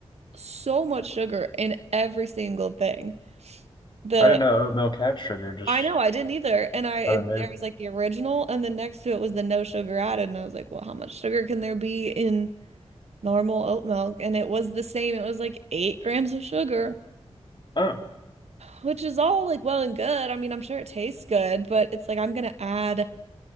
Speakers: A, on the right (about 75°); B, on the left (about 45°).
A: so much sugar in every single thing. The
B: I didn't know oat milk had sugar, just
A: I know I didn't either, and I it,
B: how they made
A: there
B: it.
A: was like the original, and then next to it was the no sugar added, and I was like, well, how much sugar can there be in normal oat milk? And it was the same. It was like eight grams of sugar,
B: Oh,
A: which is all like well and good. I mean, I'm sure it tastes good, but it's like I'm gonna add.